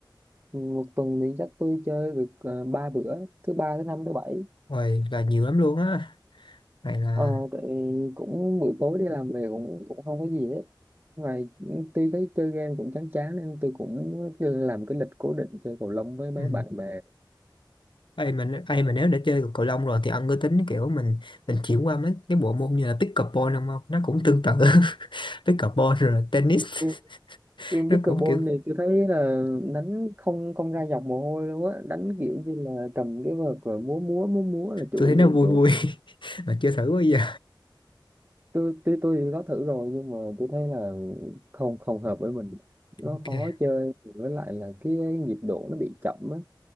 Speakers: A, on the right; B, on the left.
A: một tuần thì chắc tôi chơi được ờ, ba bữa thứ ba thứ năm thứ bảy
B: Ôi là nhiều lắm luôn á. Này là
A: ờ tại vì cũng buổi tối đi làm về cũng cũng không có gì hết ngoài tuy thấy chơi game cũng chán chán nên tôi cũng làm cái lịch cố định chơi cầu lông với mấy
B: ừ.
A: bạn bè
B: Ê, mình ê, mà nếu đã chơi cầu lông rồi thì ông có tính kiểu mình mình chuyển qua mấy cái bộ môn như là pickleball không không? Nó cũng tương tự <laughs> pickleball rồi tennis
A: <laughs>
B: <laughs>
A: Riêng
B: nó
A: pickleball
B: cũng kiểu
A: thì tôi thấy là đánh không không ra dọc mồ hôi luôn á đánh kiểu như là cầm cái vợt rồi múa múa múa múa là chủ
B: tôi
A: yếu
B: thấy nó vui
A: chứ
B: vui <laughs> mà chưa thử bao giờ.
A: tôi tôi tôi có thử rồi nhưng mà tôi thấy là không không hợp với mình nó
B: Ok.
A: khó chơi với lại là cái nhịp độ nó bị chậm á